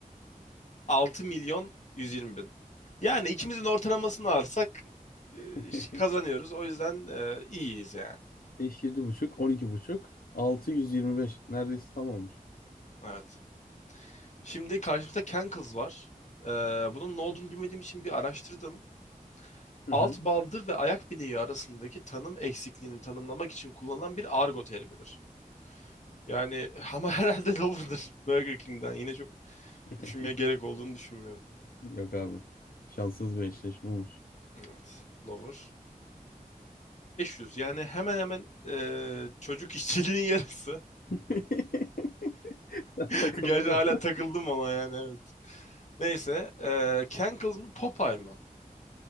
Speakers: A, on the left (about 55°); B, on the left (about 80°).
A: altı milyon yüz yirmi bin. Yani ikimizin ortalamasını alırsak e,
B: <laughs>
A: işte kazanıyoruz. O yüzden e, iyiyiz yani.
B: 5, 7,5, 12,5, 625. Neredeyse tam olmuş.
A: Evet. Şimdi karşımızda Cankles var. E, bunun ne olduğunu bilmediğim için bir araştırdım.
B: Hı
A: Alt
B: hı.
A: baldır ve ayak bileği arasındaki tanım eksikliğini tanımlamak için kullanılan bir argo terimidir. Yani ama <laughs> herhalde lover'dır Burger King'den. Yine çok
B: <laughs>
A: düşünmeye gerek olduğunu düşünmüyorum.
B: Yok abi. Şanssız bir eşleşme olmuş.
A: Evet. Lover. yüz yani hemen hemen e, çocuk işçiliğinin <laughs> yarısı.
B: <laughs>
A: <laughs>
B: Sen takıldın
A: Gerçi
B: orada.
A: hala takıldım ona yani evet. Neyse. eee Cankles mı Popeye mı?